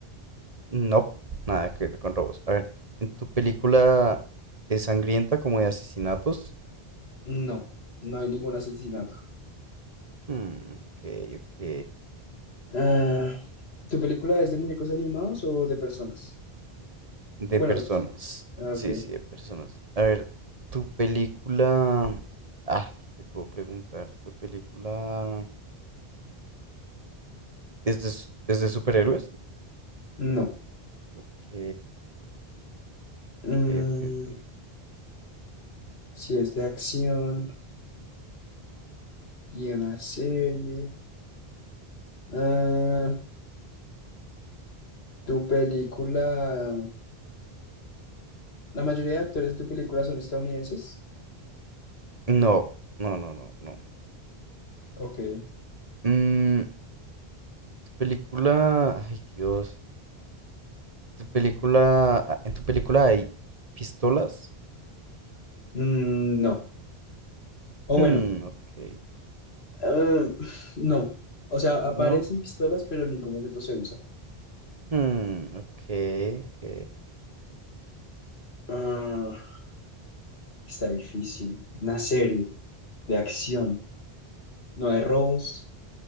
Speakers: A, on the right; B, on the left.
A: No, nada que ver con robos. A ver, ¿en tu película es sangrienta como de asesinatos?
B: No, no hay ningún asesinato.
A: Hmm, ok, ok.
B: Ah, ¿tu película es de muñecos animados o de personas?
A: De
B: Bueno,
A: personas.
B: tú sí. Ah,
A: Sí,
B: Ok.
A: sí, de personas. A ver, tu película... Ah, ¿qué te puedo preguntar? ¿Tu película es de, s- es de superhéroes?
B: No.
A: Ok,
B: Mm,
A: ok, ok, ok.
B: si es de acción y una serie. Ah, ¿tu película... La mayoría de actores de tu película son estadounidenses?
A: No, no, no, no, no.
B: Ok.
A: Mm, tu película, ay Dios, tu película, ah, en tu película hay pistolas.
B: Mm, no. O
A: Hmm,
B: bueno,
A: ok,
B: ah, no. O sea, aparecen
A: no,
B: pistolas, pero en ningún momento se usan.
A: hmm, ok, ok.
B: Ah, está difícil. Una serie de acción. no hay robos,